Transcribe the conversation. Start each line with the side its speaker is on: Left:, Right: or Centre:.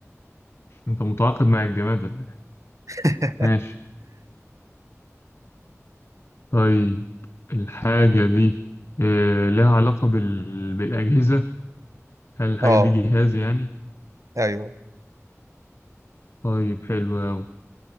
Left: انت متعاقد مع الجماد ولا إيه؟
Right: <laughs>
Left: ماشي طيب الحاجه دي آه، لها علاقه بال... بالاجهزه هل الحاجه
Right: أه
Left: دي جهاز يعني
Right: أيوه
Left: طيب حلو قوي